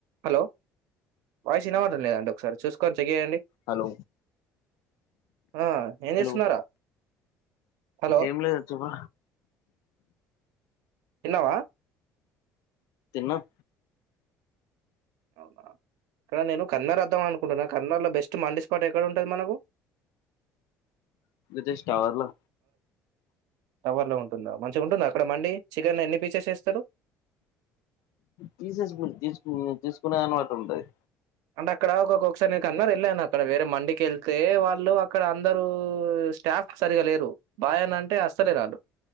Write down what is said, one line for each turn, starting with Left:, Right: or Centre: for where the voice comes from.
Right: Hello voice ఇనవడ్ లే అండీ ఒకసారి చూసుకొని చెయ్యండి
Left: హలో
Right: ఆ ఏం
Left: హలో
Right: చేసుకున్నారా హలో
Left: ఏం లేదు చెప్పు
Right: తిన్నావా
Left: తిన్నాం
Right: అవునా ఇక్కడ నేను కల్లర్ద్దాం అను కన్నర్లా లో బెస్ట్ మండి స్పాట్ ఎక్కడ ఉంటది మనకు
Left: జేష్ టవర్లో
Right: టవర్లో ఉంటుందా మంచిగుంటుందా అక్కడ మండి చికెన్ ఎన్ని పీసెస్ ఏస్తరు
Left: తీసేసుకు తీసుకు తీసుకునే దాన్ని వట్టి ఉంటది
Right: అంటే అక్కడ ఒక ఒకసారి కన్నారు వెళ్ళాను అక్కడ వేరే మండికి వెళ్తే వాళ్ళు అక్కడ అందరూ స్టాఫ్ సరిగా లేరు బాయ్ అని అంటే అస్సలే రారు